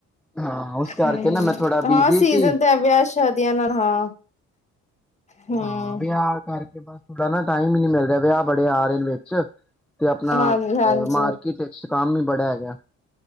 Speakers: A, in the centre; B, on the left.
A: ਹਾਂ ਉਸ ਕਰਕੇ
B: ਹੂੰ,
A: ਨਾ ਮੈਂ ਥੋੜਾ ਬਿਜੀ
B: ਹਾਂ ਸੀਜਨ
A: ਸੀ
B: ਤੇ ਏ ਵਿਆਹ ਸ਼ਾਦੀਆਂ ਨਾਲ ਹਾਂ ਹੂੰ
A: ਹਾਂ ਵਿਆਹ ਕਰਕੇ ਬਸ ਥੋੜਾ ਨਾ ਟਾਈਮ ਈ ਨੀ ਮਿਲ ਰਿਹਾ। ਵਿਆਹ ਬੜੇ ਆ ਰਹੇ ਵਿੱਚ। ਤੇ ਆਪਣਾ
B: ਹਾਂਜੀ-ਹਾਂਜੀ
A: ਅ ਮਾਰਕੀਟ 'ਚ 'ਚ ਕੰਮ ਈ ਬੜਾ ਹੈਗਾ।